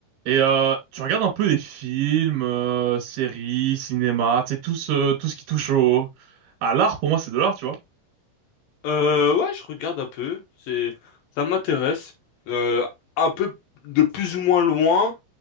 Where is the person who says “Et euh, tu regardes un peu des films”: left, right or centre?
Right